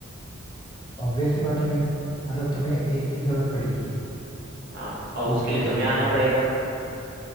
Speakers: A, on the left; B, on the right.
A: ऑब्वियस सी बात है भाई मतलब तुम्हें एक की जरूरत पड़ेगी
B: हाँ और
A: फूड
B: उसके
A: ट्रक
B: लिए तो
A: वाले
B: मैं
A: में
B: आना पड़ेगा